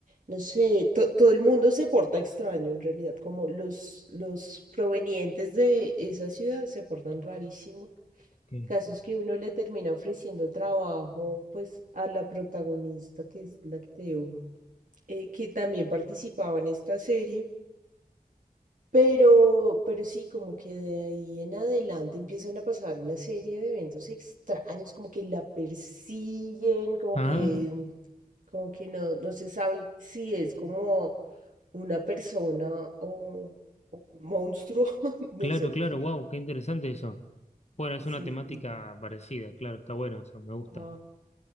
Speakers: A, on the right (about 60°); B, on the left (about 45°).
A: no sé, to- todo el mundo se porta extraño en realidad, como los, los provenientes de esa ciudad se portan rarísimo.
B: ok.
A: Casos que uno le termina ofreciendo trabajo, pues, a la protagonista, que es la que te digo, eh, que también participaba en esta serie. Pero, pero sí, como que de ahí en adelante empiezan a pasar una serie de eventos extraños, como que la persiguen, como
B: Ah,
A: que, como que no, no se sabe si es como una persona o, o un monstruo, <laughs> no
B: claro,
A: sé.
B: claro, wow, qué interesante eso. Bueno, es una
A: Sí,
B: temática
A: sí.
B: parecida, claro, está bueno eso, me gusta.
A: Ajá.